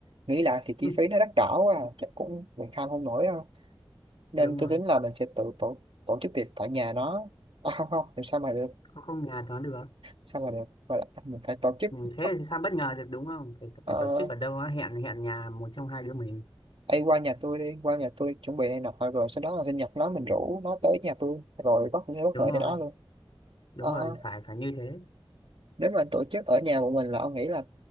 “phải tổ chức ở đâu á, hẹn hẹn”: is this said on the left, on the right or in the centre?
Left